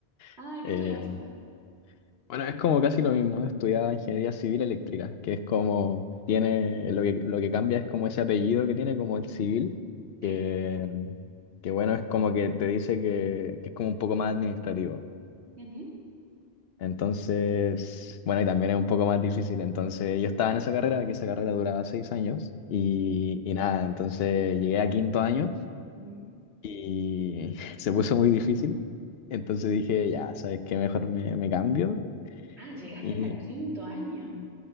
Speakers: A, on the right; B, on the left.
A: Ah,
B: <laughs>
A: ¿y qué estudiabas antes?
B: Bueno, es como casi lo mismo, estudiaba ingeniería civil eléctrica, que es como tiene, lo que, lo que cambia es como ese apellido que tiene, como el civil,
A: Sí.
B: que, que bueno, es como que te dice que, que es como un poco más administrativo.
A: Ujú.
B: Entonces, bueno, y también es un poco más difícil. Entonces, yo estaba en esa carrera, que esa carrera duraba seis años, y,
A: Sí.
B: y nada, entonces llegué a quinto año
A: Ujú.
B: y <laughs> se puso muy difícil. Entonces dije, ya, ¿sabes qué? Mejor me, me cambio.
A: Ah, llegaste
B: Y
A: hasta quinto año